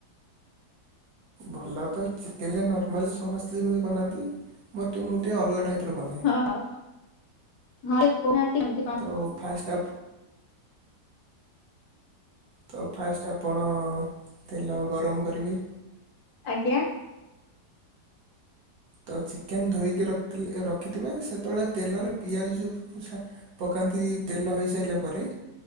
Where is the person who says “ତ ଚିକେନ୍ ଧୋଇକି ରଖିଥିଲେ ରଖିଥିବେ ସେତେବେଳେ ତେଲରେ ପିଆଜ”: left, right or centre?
Right